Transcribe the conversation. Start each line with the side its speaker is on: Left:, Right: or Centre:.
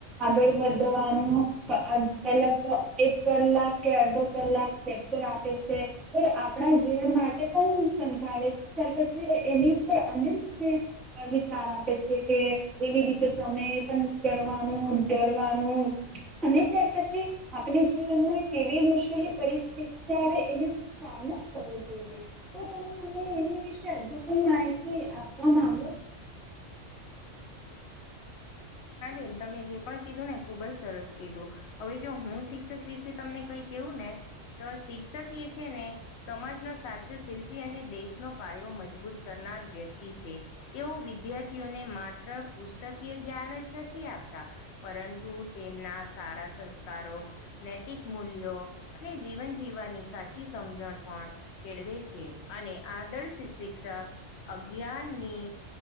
Centre: આગળ વધવાનું <unintelligible> પેલા તો એક કલાક કે અડધો કલાક લે. <unintelligible> આપે છે એ આપણા જીવન માટે પણ સમજાવે છે. ત્યાર પછી એ એની ઉપર <unintelligible> અ વિચાર આપે છે કે એવી રીતે તમે પણ કરવાનું ડરવાનું. અને ત્યાર પછી આપણે જીવનમાં કેવી મુશ્કેલી પરિસ્થિતિ આવે. <unintelligible> સામનો કરવો જોઈએ તો તમે મને એની વિશે હજુ હું માહિતી આપવા માંગુ.
Left: હા બેન તમે જે પણ કીધું ને ખુબ જ સરસ કીધું. હવે જો હું શિક્ષક વિશે તમને કઈ કેવું ને તો શિક્ષક એ છે ને. સમાજનો સાચો શિલ્પી અને દેશનો પાયો મજબૂત કરનાર વ્યક્તિ છે. તેઓ વિદ્યાર્થીઓને માત્ર પુસ્તકીય જ્ઞાન જ નથી આપતા. પરંતુ તેમના સારા સંસ્કારો નૈતિક મૂલ્યો અને જીવન જીવવાની સાચી સમજણ પણ કેળવે. છે અને આદર્શ શિક્ષક અજ્ઞાનની